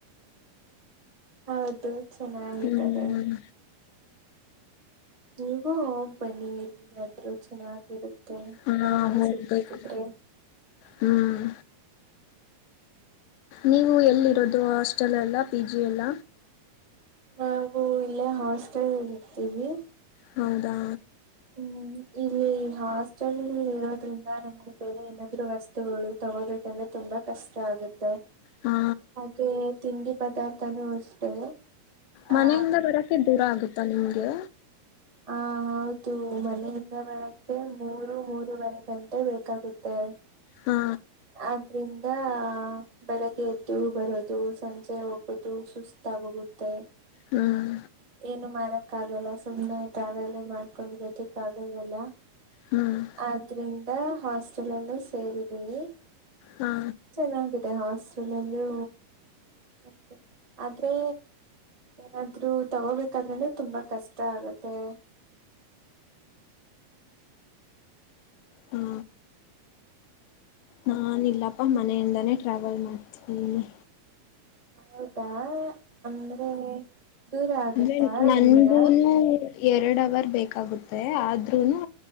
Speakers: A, on the right; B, on the left.
A: ಹೌದು. ಚೆನ್ನಾಗಿದ್ದಾರೆ.
B: ಹ್ಮ್
A: ನೀವು ಹೋಗ್ ಬನ್ನಿ ಎಲ್ಲಿಗಾದ್ರೂ ಚೆನ್ನಗ್ ಇರುತ್ತೆ
B: ಹಾ
A: ಅರಗಳ್ಗೆ
B: ಹೋಗ್ಬೇಕು
A: ಸಿಗ್ತಿದ್ರೆ.
B: ಹ್ಮ್ ನೀವು ಎಲ್ಲಿರೋದು ಹಾಶ್ ಟಲ್ ಅಲ್ಲ ಪಿ ಜಿ ಅಲ್ಲ.
A: ನಾವು ಇಲ್ಲೇ ಹಾಸ್ಟೆಲ್ ಅಲ್ ಇರ್ತೀವಿ.
B: ಹೌದಾ.
A: ಹ್ಮ್ ಇಲ್ಲಿ ಹಾಸ್ಟೆಲ್ ಇರೋದ್ರಿಂದ ನಮ್ಗೆ ಬೇರೆ ಏನಾದ್ರು ವಸ್ತುಗಳು ತಗೋಬೇಕಂದ್ರೆ ತುಂಬಾ ಕಷ್ಟ ಆಗುತ್ತೆ.
B: ಹಾ
A: ಅದೆ ತಿಂಡಿ ಬದ್ ದರ್ಥಾನು ಅಷ್ಟೇ.
B: ಮನೆಯಿಂದ
A: ಆ
B: ಬರಕಕ್ಕೆ ದೂರ ಆಗುತ್ತಾ ನಿಮ್ಗೆ.
A: ಹಾ ಹೌದು ಮನೆಯಿಂದ ಬರಕ್ಕೆ ಮೂರು ಮೂರುವರೆ ಗಂಟೆ ಬೇಕಾಗುತ್ತೆ.
B: ಹಾ
A: ಆದ್ರಿಂದ ಬೆಳಗ್ಗೆ ಎದ್ದು ಬರೋದು ಸಂಜೆ ಹೋಗೋದು ಸುಸ್ತಾಗೋಗುತ್ತೆ.
B: ಹ್ಮ್
A: ಏನು ಮಾಡ ಕಗಲ್ಲ ಸುಮ್ಮ್ನೆ ಟ್ರಾವೆಲಿ ಮಾಡ್ ಕೊಂಡ್ ಇರೊದಿಕಗಲ್ವಲ್ಲ
B: ಹ್ಮ್
A: ಆದ್ರಿಂದ ಹಾಸ್ ಚಲಂಡಿಸ್ ಸೇರಿದಿನಿ.
B: ಹಾ
A: ಚೆನ್ನಾಗಿದೆ ಹಾಸ್ ಲಲ್ಲೂ ಓಕೆ ಆದ್ರೆ ಏನಾದ್ರೂ ತಗೋಬೇಕಾದ್ರೆನೆ ತುಂಬಾ ಕಷ್ಟ ಆಗುತ್ತೆ.
B: ಹಾ ನಾನ್ ಇಲ್ಲಪ್ಪ ಮನೆಯಿಂದಾನೇ ಟ್ರಾವೆಲ್ ಮಾಡ್ತಿನಿ.
A: ಹೌದಾ. ಅಂದ್ರೆ ದೂರ ಆಗುತ್ತಾ
B: ಅಂದ್ರೆ
A: ಅಲ್ಲಿಂದ.
B: ನನ್ಗೂನು ಎರಡ್ ಅವರ್ ಬೇಕಾಗುತ್ತೆ ಆದ್ರೂನು